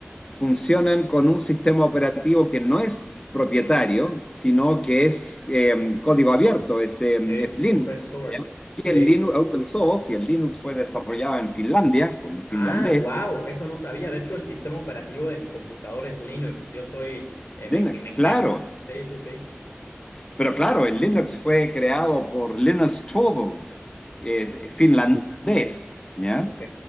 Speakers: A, on the left; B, on the left.
A: funcionan con un sistema operativo que no es propietario, sino que es eh, código abierto, es, eh,
B: sí,
A: es Linux.
B: open source.
A: ¿ya? Y
B: Sí.
A: el Linux open source, y el Linux fue desarrollado en Finlandia, por un finlandés.
B: Ah, wow, eso no sabía. De hecho, el sistema operativo de mi computador es Linux. Yo soy, eh, me,
A: Linux,
B: me
A: claro.
B: encanta. Sí, sí, sí.
A: Pero claro, el Linux fue creado por Linus Torvalds, es finlandés, ¿ya?
B: Ok,